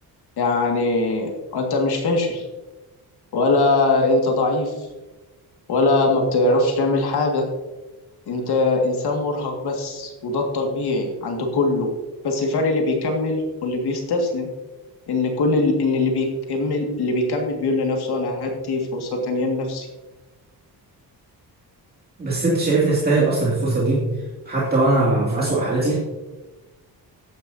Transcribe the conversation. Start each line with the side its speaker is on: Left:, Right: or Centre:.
Left: يعني انت مش فاشل ولا انت ضعيف ولا ما بتعرفش تعمل حاجه انت انسان مرهق بس وده الطبيعي عند كله بس الفرق اللي بيكمل واللي بيستسلم ان كل ال- ان اللي بيكمل اللي بيكمل بيقول لنفسه انا هدي فرصة تانية لنفسي
Right: بس انت شايفني استاهل اصلا الفرصه دي حتى وانا في اسوأ حالاتي